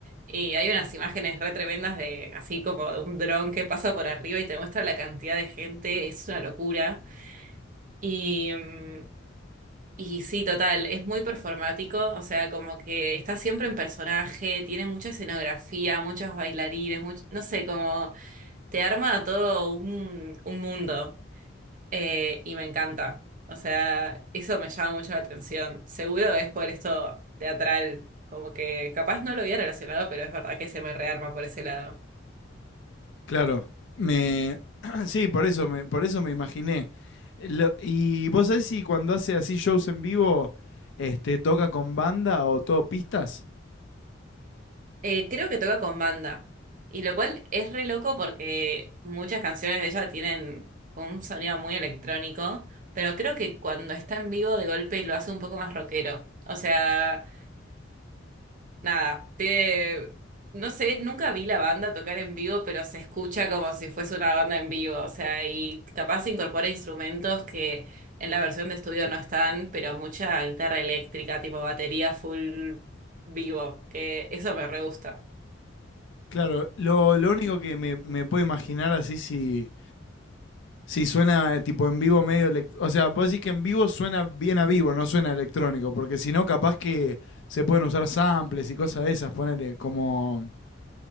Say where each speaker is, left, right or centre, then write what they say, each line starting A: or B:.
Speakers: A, on the right; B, on the left.
A: Y hay unas imágenes re tremendas de así como de un dron que pasa por arriba y te muestra la cantidad de gente, es una locura. Y, mm, y sí, total, es muy performático, o sea, como que está siempre en personaje, tiene mucha escenografía, muchos bailarines, much- no sé, como te arma todo un, un mundo eh, y me encanta. O sea, eso me llama mucho la atención. Seguro es por esto teatral, como que capaz no lo había relacionado, pero es verdad que se me rearma por ese lado.
B: Claro. Me... <clears throat> Sí, por eso me, por eso me imaginé. Lo- ¿Y vos sabés si cuando hace así shows en vivo, este, toca con banda o todo pistas?
A: Eh, creo que toca con banda. Y lo cual es re loco porque muchas canciones de ella tienen un sonido muy electrónico, pero creo que cuando está en vivo de golpe lo hace un poco más rockero. O sea, nada, tiene- no sé, nunca vi la banda tocar en vivo, pero se escucha como si fuese una banda en vivo. O sea, y capaz incorpora instrumentos que en la versión de estudio no están, pero mucha guitarra eléctrica, tipo batería full vivo, que eso me re gusta.
B: Claro, lo, lo único que me, me puedo imaginar así si, Sí, suena eh, tipo en vivo medio... elec- O sea, vos decís que en vivo suena bien a vivo, no suena electrónico, porque si no, capaz que se pueden usar samples y cosas de esas, ponele como...